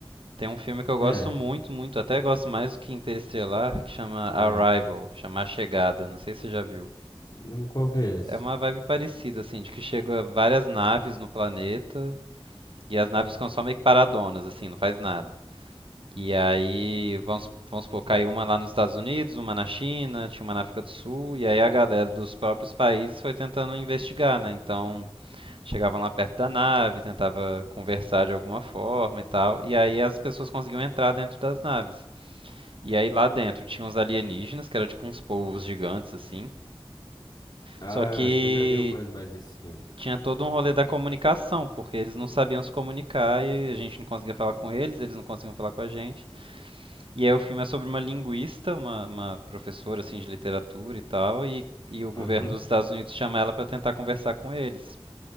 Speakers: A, on the right; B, on the left.
A: tem um filme que eu
B: É.
A: gosto muito, muito, até gosto mais do que Interestelar, que chama Arrival,
B: Ah,
A: chama A Chegada. Não sei se você já viu.
B: hum, qual que é esse?
A: É uma vibe parecida, assim, de que chega várias naves no planeta e as naves ficam só meio que paradonas, assim, não faz nada. E aí, vamos, vamos supor, caiu uma lá nos Estados Unidos, uma na China, tinha uma na África do Sul, e aí a galera dos próprios países foi tentando investigar, né? Então, chegavam lá perto da nave, tentava conversar de alguma forma e tal, e aí as pessoas conseguiam entrar dentro das naves. E aí
B: Hum.
A: lá dentro tinha uns alienígenas, que eram tipo uns polvos gigantes assim.
B: Ah,
A: Só que
B: acho que eu já vi mais, mais desse filme.
A: Tinha todo um rolê da comunicação, porque eles não sabiam se comunicar e a gente não conseguia falar com eles, eles não conseguiam falar com a gente. E aí o filme é sobre uma linguista, uma, uma professora assim de literatura e tal, e, e o governo
B: Aham.
A: dos Estados Unidos chama ela para tentar conversar com eles.